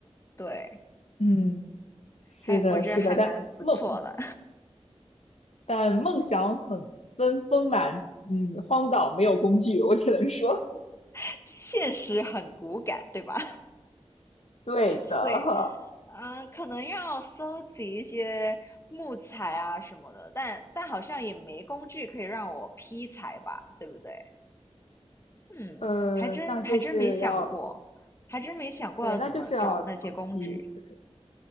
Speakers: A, on the left; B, on the left.
A: 对，
B: 嗯。
A: 还我觉得还蛮不错的，
B: 是的，是的，但梦但梦想很丰丰满，嗯，荒岛没有工具，我只能说，
A: <laughs> 现实很骨感，对吧？
B: <laughs> 对的，
A: 所以，嗯，可能要搜集一些木材啊什么的，但但好像也没工具可以让我劈柴吧，对不对？嗯，
B: 呃，
A: 还真还真没想过，
B: 那就是要
A: 还真没想过要怎么找那些工具。
B: 对，那就是要长期，对